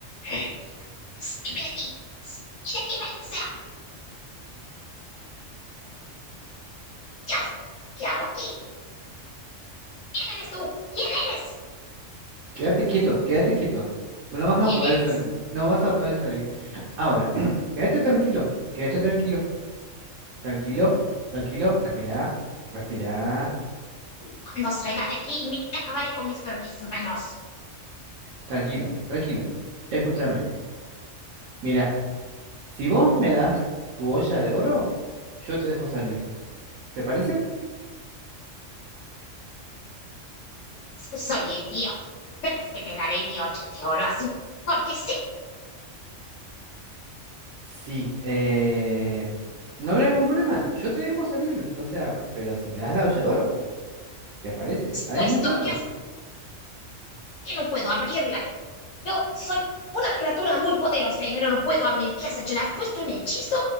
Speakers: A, on the left; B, on the right.
A: Eh, Ven aquí. Ven aquí, maldita sea. Dios, ¿qué hago aquí? ¿Quién eres tú? ¿Quién eres?
B: Quédate quieto, quédate quieto. No vas
A: ¿Quién
B: a poder
A: eres?
B: salir, no vas a poder salir. Ahora, <clears throat> quédate tranquilo, quédate tranquilo, tranquilo, tranquilo, respirá, respirá,
A: Cuando salga de aquí, me- te acabaré con mis propias manos.
B: tranquilo, tranquilo. Escúchame, mira, si vos me das tu olla de oro, yo te dejo salir. ¿Te parece?
A: Soy idiota, pero es que te daré mi ocho de oro así, porque sí.
B: Sí, eh, no habrá ningún problema, yo te dejo salir, o sea, pero si me das la olla de oro, ¿te parece?
A: Has
B: Ahí
A: puesto
B: es un trato.
A: que has... que no puedo abrirlas. Yo soy una criatura muy poderosa, pero no puedo abrir. ¿Qué has hecho? ¿Le has puesto un hechizo?